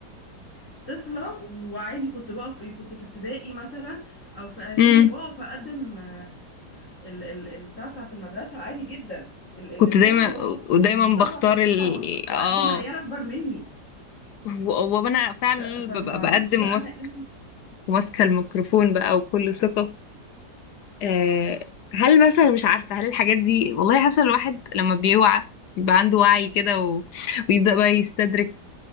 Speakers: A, on the left (about 45°); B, on the left (about 75°).
A: طفله وعادي كنت بقف كنت في ابتدائي مثلا او في اعدادي
B: امم
A: وبقف اقدم ال ال البتاع بتاعت المدرسه عادي جدا ال الاذاعه
B: كنت دايما
A: واقف
B: ودايما
A: بمنتهى
B: بختار
A: الثقه
B: ال
A: و-
B: اه
A: واقدم عيال اكبر مني
B: و- وانا فعلا
A: ف فما
B: ببقى
A: اعرفش
B: بقدم
A: انا
B: وماسك-
A: ايه
B: وماسكه الميكروفون بقى وكل ثقه آه هل مثلا مش عارفه هل الحاجات دي والله حاسه الواحد لما بيوعى بيبقى عنده وعي كده و... ويبدأ بقى يستدرك